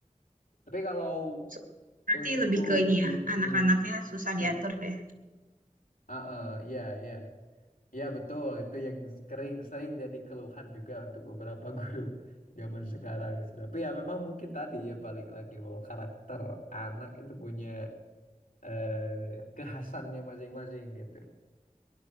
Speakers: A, on the left; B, on the right.
A: Tapi kalau
B: So- Berarti
A: untuk
B: lebih ke ini
A: di,
B: ya,
A: di-
B: anak-anaknya susah diatur
A: ya,
B: ya.
A: ah, ah, ya, ya, ya betul. Itu yang sering sering jadi keluhan juga untuk beberapa <laughs> guru zaman sekarang sih. Tapi ya memang mungkin tadi ya balik lagi bahwa karakter anak itu punya eh, kekhasannya masing-masing gitu.